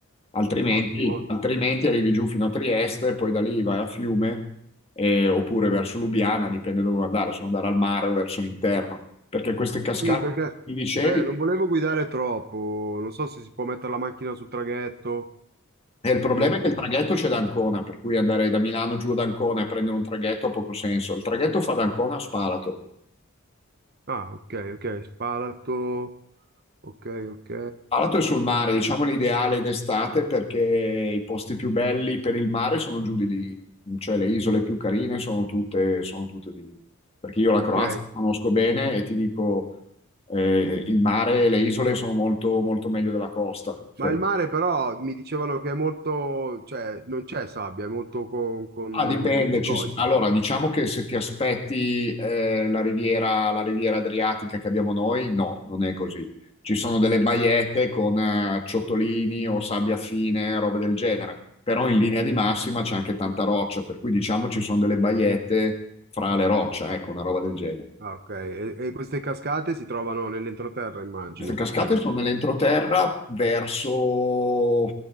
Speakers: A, on the left; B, on the right.
A: Altrimenti,
B: Ottimo.
A: altrimenti arrivi giù fino a Trieste, poi da lì vai a Fiume, eh, oppure verso Lubiana, dipende dove vuoi andare, se vuoi andare al mare o verso l'interno. Perché queste cascate,
B: Sì, perché
A: che mi dicevi,
B: eh, non volevo guidare troppo, non so se si può mettere la macchina sul traghetto,
A: E il problema
B: tipo.
A: è che il traghetto c'è da Ancona, per cui andare da Milano giù ad Ancona e prendere un traghetto ha poco senso. Il traghetto fa da Ancona a Spalato.
B: Ah, ok, ok, Spalato, ok, ok,
A: Spalato è sul mare, diciamo l'ideale d'estate perché i posti più belli per il mare sono giù di lì, cioè le isole più carine sono tutte, sono tutte di lì. Perché io la
B: ok.
A: Croazia la conosco bene e ti dico, eh, il mare e le isole sono molto, molto meglio della costa.
B: Ma
A: Per-
B: il mare però mi dicevano che è molto, cioè non c'è sabbia, è molto con, con-
A: Ah, dipende.
B: con scogli.
A: ci s- Allora, diciamo che se ti aspetti eh, la riviera, la riviera Adriatica che abbiamo noi, no, non è così. Ci sono delle baiette con eh, ciottolini o sabbia fine, robe del genere. Però in linea di massima c'è anche tanta roccia, per cui diciamo ci sono delle baiette fra le rocce, ecco, una roba del genere.
B: Ah, ok. E, e queste cascate si trovano nell'entroterra, immagino,
A: Queste cascate
B: perché...
A: sono nell'entroterra verso,